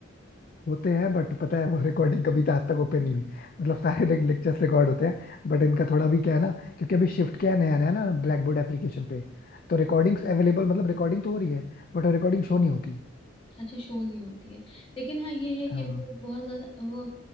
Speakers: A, on the left; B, on the left.
A: होते हैं बट पता है वो रिकॉर्डिंग कभी आज तक ओपन नहीं हुई मतलब सारे <laughs> लेक्चर्स रिकॉर्ड होते हैं बट इनका थोड़ा भी क्या है ना क्योंकि अभी शिफ्ट क्या है नया नया ना ब्लैक बोर्ड एप्लीकेशन पे तो रिकॉर्डिंग्स अवेलेबल मतलब रिकॉर्डिंग तो हो रही है बट रिकॉर्डिंग शो नहीं होती
B: अच्छा शो नहीं होती है लेकिन हाँ ये है
A: हाँ
B: कि वो बहुत ज्यादा वो